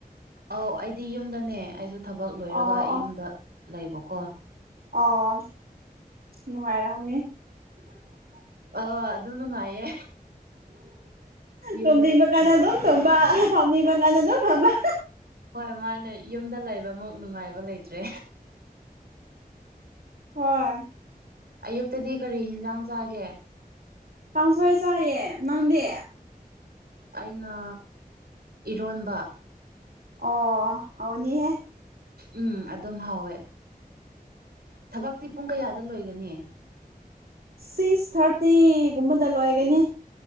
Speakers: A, on the right (about 85°); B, on the right (about 70°).
A: ꯑꯧ ꯑꯩꯗꯤ ꯌꯨꯝꯗꯅꯦ ꯑꯩꯁꯨ ꯊꯕꯛ ꯂꯣꯏꯔꯒ
B: ꯑꯣ ꯑꯣ
A: ꯌꯨꯝꯗ ꯂꯩꯕꯀꯣ
B: ꯑꯣ ꯅꯨꯡꯉꯥꯏꯔꯝꯒꯅꯤ
A: ꯑꯧ ꯑꯗꯨ ꯅꯨꯡꯉꯥꯏꯌꯦ ꯌꯨꯝꯗ
B: ꯇꯨꯝꯅꯤꯡꯕ
A: ꯂꯩꯕ
B: ꯀꯥꯟꯗ ꯑꯗꯨꯝ ꯇꯨꯝꯕ ꯐꯝꯅꯤꯡꯕ ꯀꯥꯟꯗ ꯑꯗꯨꯝ ꯐꯝꯕ
A: ꯍꯣꯏ ꯃꯥꯅꯦ ꯌꯨꯝꯗ ꯂꯩꯕꯃꯨꯛ ꯅꯨꯡꯉꯥꯏꯕ ꯂꯩꯇ꯭ꯔꯦ
B: ꯍꯣꯏ
A: ꯑꯌꯨꯛꯇꯗꯤ ꯀꯔꯤ ꯍꯤꯟꯖꯥꯡ ꯆꯥꯒꯦ
B: ꯀꯥꯡꯁꯣꯏ ꯆꯥꯏꯌꯦ ꯅꯪꯗꯤ
A: ꯑꯩꯅ ꯏꯔꯣꯟꯕ
B: ꯑꯣ ꯍꯥꯎꯅꯤꯍꯦ
A: ꯎꯝ ꯑꯗꯨꯝ ꯍꯧꯋꯦ ꯊꯕꯛꯇꯤ ꯄꯨꯡ ꯀꯌꯥꯗ ꯂꯣꯏꯒꯅꯤ
B: ꯁꯤꯁ ꯊꯥꯔꯇꯤ ꯒꯨꯝꯕꯗ ꯂꯣꯏꯒꯅꯤ